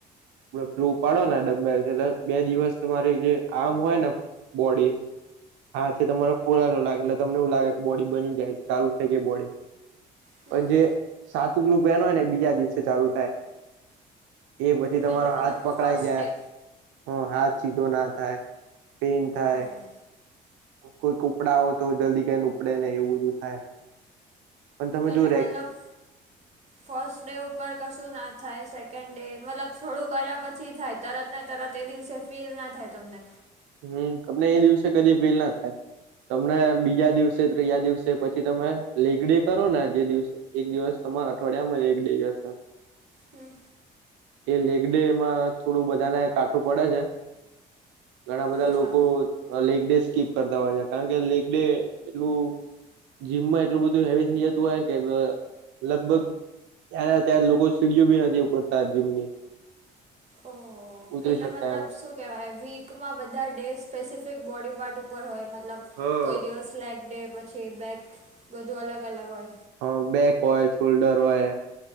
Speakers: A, on the right; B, on the right.
A: પ્લું ઉપાડો ને, ડલ એટલે બે દિવસ તમારી જે આમ હોય ને, બોડી. હા છે, તમારો પુરાયલો લાગે એટલે તમને એવુંગે કે, બોડી બની જાય, ચાલુ થાય કે બોડી.
B: હમ
A: પણ જે સાતગલું પહેન હોય ને, બીજા દિવસે ચાલુ થાય. એ પછી
B: એટલે
A: તમારો
B: મતલબ
A: હાથ પકડાય
B: ફર્સ્ટ
A: જયા.
B: ડે
A: હ, હાથ સીધો ના થાય, પેન થાય.
B: ઓહ
A: કોઈક ઉપડા હો તો, જલ્દી કઈને ઉપડે નહી એવું બધું થાય. પણ તમે
B: પેલા
A: જો
B: મતલબ.
A: રે
B: ફર્સ્ટ ડે ઉપર કશું ના થાય, સેકન્ડ ડે મતલબ થોડું કર્યા પછી થાય, તરત ને તરત. તે દિવસે ફીલ ના થાય તમને.
A: હમ્મ, તમને એ દિવસે કદી ફેલ ના થાય, તમને બીજા દિવસે ત્રીજા દિવસે પછી તમે લેકડે કરો ને, જે દિવસે એક દિવસ તમારા અઠવાડિયામાં થઇ જશે.
B: હમ
A: એ લેગડે એમાં થોડું બધાને કાઠું પડે છે. ઘણા બધા
B: અચ્છા
A: લોકો લેગ ડે સ્કીપ કરતા હોય છે, કારણ કે લેગ ડે એટલું જીમમાં એટલું બધું હેવી થઈ જતું હોય કે, લગભગ એના ત્યાં લોકો સીડીઓ બી નથી કરતા, જીમની.
B: ઓ
A: ઉતરી
B: એટલે
A: શકતા
B: મતલબ
A: એમ
B: શું કેહેવાય, વીક માં બધા ડે, સ્પેસિફિક બોડી પાર્ટ ઉપર હોય, મતલબ
A: હા
B: કોઈ દિવસ લેક ડે છે, બેગ બધું અલગ-અલગ હોય.
A: હમ્મ, બેક હોય, શોલ્ડર હોય,